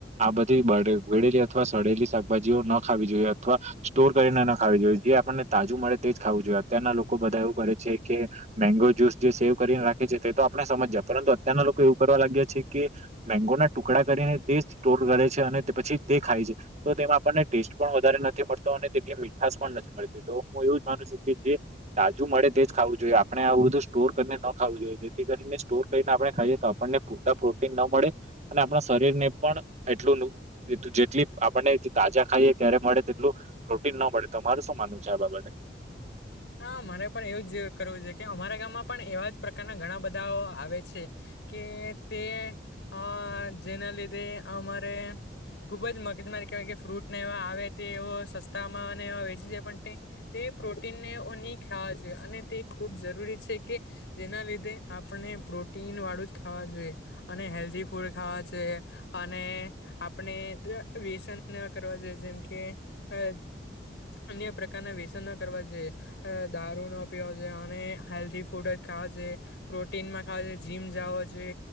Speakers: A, on the right; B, on the left.
A: આ બધી બડ બગડેલી અથવા સડેલી શાકભાજીઓ ન ખાવી જોઈએ અથવા સ્ટોર કરીને ન ખાવી જોઈએ જે આપણને તાજુ મળે તે ખાવું જોઈએ અત્યારના લોકો બધા એવું કરે છે કે મેંગો જ્યુસ જે સેવ કરીને રાખે છે તે તો આપણેે સમજ્યા પરંતુ અત્યારના લોકો એવું કરવા લાગ્યા છે કે મેંગો ના ટુકડા કરીને તે સ્ટોર કરે છે અને તે પછી તે ખાય છે તો તેમાં આપણને ટેસ્ટ પણ વધારે નથી મળતો અને તેટલી મીઠાશ પણ નથી મળતી તો હું એવું જ માનું છુ કે જે તાજુ મળે તે જ ખાવું જોઈએ આપણે આવું બધું સ્ટોર કરીને ન ખાવું જોઈએ જેથી કરીને સ્ટોર કરી આપણે ખાઈ તો આપણને પૂરતા પ્રોટીન ના મળે અને આપણા શરીર ને પણ એટલું નું જેટલી આપણને તાજા ખાઈએ ત્યારે મળે તેટલું પ્રોટીન ના મળે તમારું શું માનવું છે આ બાબતે?
B: હા મને પણ એવું જ કરવું જોઈ કે અમારા ગામમાં પણ એવા જ પ્રકારના ઘણા બધાઓ આવે છે. કે તે અ જેના લીધે અમારે ખુબ જ મગજમારી કેવાય કે ફ્રૂટને એવા આવે તેઓ સસ્તામાં ને એવા વેચી જાય પણ તે પ્રોટીન ને વુ ની ખાવા જુવે અને તે ખૂબ જરૂરી છે કે જેના લીધે આપણે પ્રોટીન વાળું જ ખાવા જોઈ અને હેલ્ધી ફૂડ ખાવા છે અને આપણે વ્યસન ના કરવા જોઈએ જેમ કે અ અન્ય પ્રકારના વ્યસન ના કરવા જોઈએ. અ દારૂ ન પીવા છે અને હેલ્ધી ફૂડ જ ખાવા જોઈએ. પ્રોટીનમાં ખાલી જીમ જવો છે